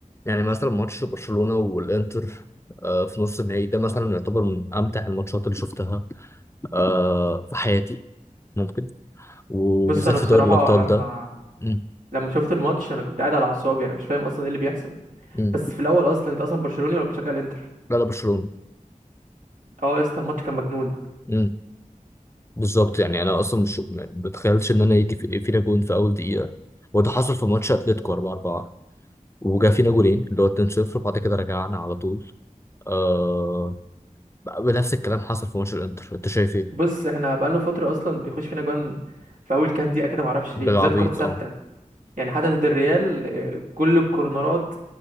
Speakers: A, on the left; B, on the right.
A: يعني مثلا ماتش برشلونة والإنتر آه، في نص النهائي ده مثلا يعتبر من أمتع الماتشات اللي شفتها آه، في حياتي ممكن وبالذات
B: بص انا بصراحه
A: في دوري الأبطال
B: لما
A: ده مم.
B: لما شفت الماتش انا كنت قاعد على اعصابي انا مش فاهم اصلا ايه اللي بيحصل
A: مم.
B: بس في الاول اصلا انت اصلا برشلوني ولا كنت شغال انتر
A: لا لا برشلونة
B: اه يا اسطى الماتش كان مجنون
A: مم. بالظبط يعني أنا أصلا مش ما بتخيلش إن أنا يجي في- فينا جون في أول دقيقة وده حصل في ماتش أتلتيكو 4 4 وجا فينا جولين اللي هو 2-0 وبعد كده رجعنا على طول آه بنفس الكلام حصل في ماتش الإنتر أنت شايف إيه؟
B: بص احنا بقالنا فتره اصلا بيخش فينا جوان في اول كام دقيقه كده معرفش
A: بالعبيط
B: ليه بالذات كره ثابته
A: أه
B: يعني حتى ضد الريال آه، كل الكورنرات